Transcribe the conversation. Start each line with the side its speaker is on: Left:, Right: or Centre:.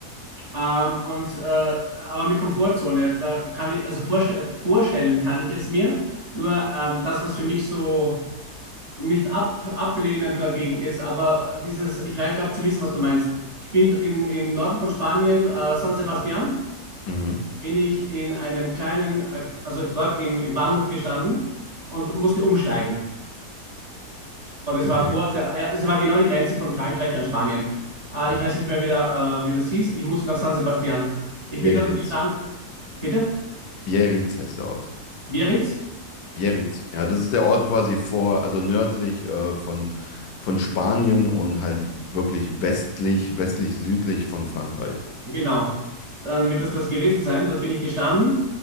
Right: Ähm, und, äh, aber mit Komfortzone, da kann ich, also vorste vorstellen kann ich es mir. Nur ähm, das, was für mich so nicht ab ablehnend dagegen ist, aber dieses, ich glaube zu wissen, was du meinst. Ich bin in, im Norden von Spanien, äh, San Sebastian,
Left: Mhm.
Right: bin ich in einem kleinen, äh, also dort im, im Bahnhof gestanden und musste umsteigen. Und es
Left: Okay.
Right: war kurz, ja, ja, es war genau die Grenze von Frankreich an Spanien. Äh,
Left: Mhm.
Right: ich weiß nicht mehr, wie, der, äh, wie das hieß. Ich musste nach San Sebastian. Ich
Left: Biarritz.
Right: bin dort gestanden. Bitte?
Left: Biarritz heißt der Ort.
Right: Biarritz?
Left: Biarritz. Ja, das ist der Ort quasi vor, also nördlich äh, von, von Spanien und halt wirklich westlich, westlich, südlich von Frankreich.
Right: Genau. Dann wird das das gewesen sein. Dort bin ich gestanden,